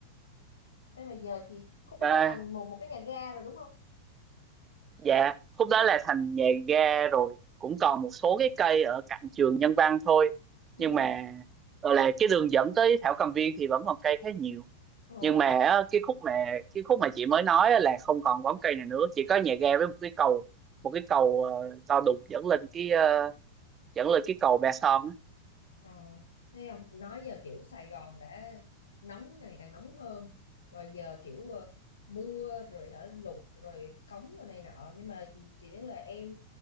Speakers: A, on the left; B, on the right.
A: thế mà giờ chị khúc đó
B: à,
A: là thành một một cái nhà ga rồi đúng không?
B: dạ khúc đó là thành nhà ga rồi cũng còn một số cái cây ở cạnh trường Nhân Văn thôi
A: ừ
B: nhưng mà gọi là cái đường dẫn tới Thảo Cầm Viên thì vẫn còn cây khá nhiều
A: ờ
B: nhưng mà á, cái khúc mà cái khúc mà chị mới nói á là không còn bóng cây này nữa chỉ có nhà ga với một cái cầu một cái cầu ờ, to đùng dẫn lên cái ờ, dẫn lên cái cầu Ba Son á
A: Ờ, thấy không nói giờ kiểu Sài Gòn đã nóng càng ngày càng nóng hơn rồi giờ kiểu ờ, mưa rồi hả lụt rồi cống rồi này nọ nhưng mà chỉ nói là em